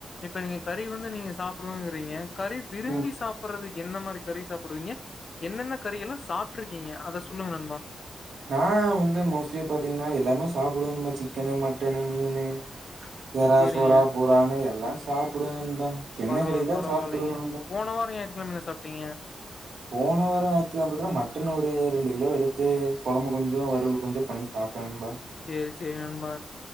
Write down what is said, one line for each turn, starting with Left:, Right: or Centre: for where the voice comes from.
Left: இப்ப நீங்க கறி வந்து நீங்க சாப்பிடுங்கிறீங்க கறி விரும்பி
Right: ம்
Left: சாப்புடுறது எந்த மாரி கறி சாப்புடுவீங்க என்னென்ன கறி எல்லா சாப்ட்டுருக்கீங்க அத சொல்லுங்க நண்பா
Right: நான் வந்து மோஸ்ட்லி பாத்தீங்கன்னா எல்லாமே சாப்பிடுவே நண்பா சிக்கன்னு மட்டன்னு மீனு இராசுரா
Left: சேரிங்க
Right: புறான்னு எல்லாம் சாப்புடுவேன் நண்பா என்ன
Left: பரவால்ல
Right: கெடைக்குதா
Left: பரவால்லைங்க
Right: சாப்புட்ருவே நண்பா
Left: போன வாரம் ஞாயிற்றுக்கிழமை என்ன சாப்ட்டீங்க
Right: போன வாரோ ஞாயித்துக்கிழம தா மட்டன் ஒரு ரெண்டு கிலோ எடுத்து குழம்பு கொஞ்சொ வறுவல் கொஞ்சொ பண்ணி சாப் சாப்டே நண்பா
Left: சேரி சேரி நண்பா